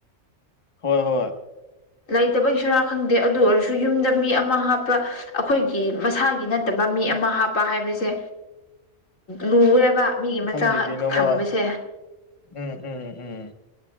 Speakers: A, on the left; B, on the left.
A: ꯍꯣꯏ ꯍꯣꯏ
B: ꯂꯩꯇꯕꯒꯤꯁꯨꯣꯔꯥ ꯈꯪꯗꯦ ꯑꯗꯨ ꯑꯣꯏꯔꯁꯨ ꯌꯨꯝꯗ ꯃꯤ ꯑꯃ ꯍꯥꯞꯄ ꯑꯩꯈꯣꯏꯒꯤ ꯃꯁꯥꯒꯤ ꯅꯠꯇꯕ ꯃꯤ ꯑꯃ ꯍꯥꯞꯄ ꯍꯥꯏꯕꯁꯦ ꯂꯨꯋꯦ ꯕ ꯃꯤꯒꯤ ꯃꯆꯥ
A: ꯈꯪꯗꯦ ꯀꯩꯅꯣꯃ
B: ꯊꯝꯕꯁꯦ
A: ꯎꯝ ꯎꯝ ꯎꯝ